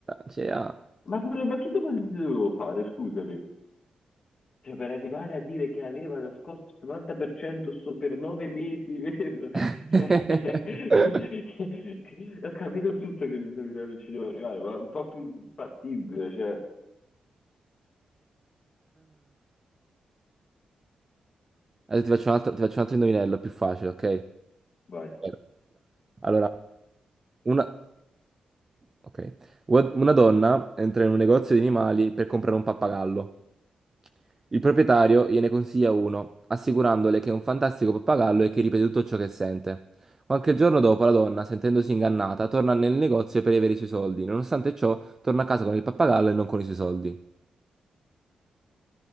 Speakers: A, on the right (about 20°); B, on the left (about 40°).
A: Cioè, ah.
B: ma, ma che domande devo fare? Scusami. Cioè, per arrivare a dire che aveva nascosto il 90% so per nove mesi, <laughs> vero?
A: <laughs>
B: Cioè, <laughs> che- che- ho capito tutto che l'indovinello ci devo arrivare, ma un po' più fattibile, cioè,
A: Adesso ti faccio un altro, ti faccio un altro indovinello più facile, ok?
B: vai.
A: Vero. Allora, una... ok. Ua- una donna entra in un negozio di animali per comprare un pappagallo. Il proprietario gliene consiglia uno, assicurandole che è un fantastico pappagallo e che ripete tutto ciò che sente. Qualche giorno dopo, la donna, sentendosi ingannata, torna nel negozio per avere i suoi soldi. Nonostante ciò, torna a casa con il pappagallo e non con i suoi soldi.